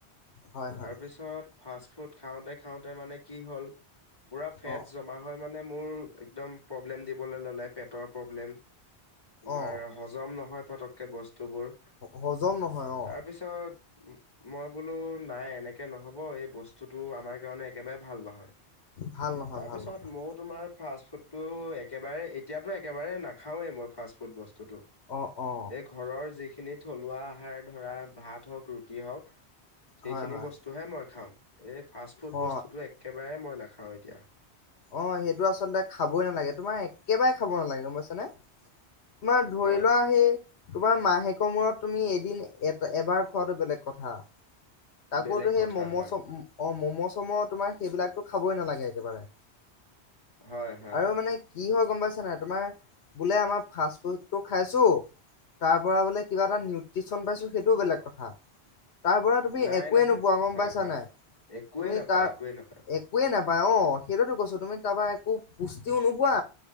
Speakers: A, on the left (about 75°); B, on the left (about 20°).
A: হয় হয়
B: তাৰপিছত ফাষ্ট ফুড খাওঁতে খাওঁতে মানে কি হ'ল পূৰা ফেট
A: অ
B: জমা হৈ মানে মোৰ একদম প্ৰব্লেম দিবলৈ ল'লে পেটৰ প্ৰব্লেম তোমাৰ
A: অ
B: হজম নহয় ফটককে বস্তুবোৰ
A: হজম নহয় অ
B: তাৰপিছত পিছত মই বোলো নাই এনেক কে নহব এই বস্তুটো আমাৰ কাৰণে একেবাৰে ভাল নহয়
A: ভাল নহয়
B: তাৰপিছত
A: ভাল নহয়
B: মোৰ তোমাৰ ফাষ্ট ফুড টো একেবাৰে এতিয়াতো একেবাৰে নাখ খাওঁৱেই মই ফাষ্ট বস্তুটো
A: অ অ
B: ঘৰৰ যিখিনি থলুৱা আহাৰ ধৰা ভাত হওক ৰুটি হওক সেইখিনি
A: হয় হয়
B: বস্তুহে মই খাওঁ এই ফাষ্ট ফুড
A: অ
B: বস্তুটো একেবাৰে মই নাখাওঁ এতিয়া
A: অ' সেইটো আচলতে খাবই নালাগে তোমাৰ একেবাৰে খাব নালাগে গম পাইছা নে? তোমাৰ ধৰি
B: হয়
A: লোৱা সেই তোমাৰ মাহেকৰ মূৰত তুমি এদিন এ এবাৰ খোৱাটো বেলেগ কথা আকৌতো
B: বেলেগ
A: সেই
B: কথা
A: ম'ম'
B: হয়।
A: চ অ ম'ম' চ'ম' তোমাৰ সেইবিলাকতো খাবই নালাগে একেবাৰে
B: হয় হয়
A: আৰু মানে কি হয় গম পাইছা নাই তোমাৰ বোলে আমাৰ ফাষ্ট ফুডটো খাইছোঁ তাৰ পৰা বোলে কিবা এটা নিউট্ৰিচন পাইছোঁ সেইটোও বেলেগ কথা তাৰপৰা তুমি
B: নাই
A: একোৱেই
B: নহয়
A: নোপোৱা গম
B: হয়
A: পাইছা
B: হয়
A: নাই তুমি
B: একোৱে নাপায়
A: তাৰ
B: একোৱে নাপায়
A: এক কোৱে নাপায় অ' সেইটোতো কৈছো তুমি তাৰপৰা একো পুষ্টিও নোপোৱা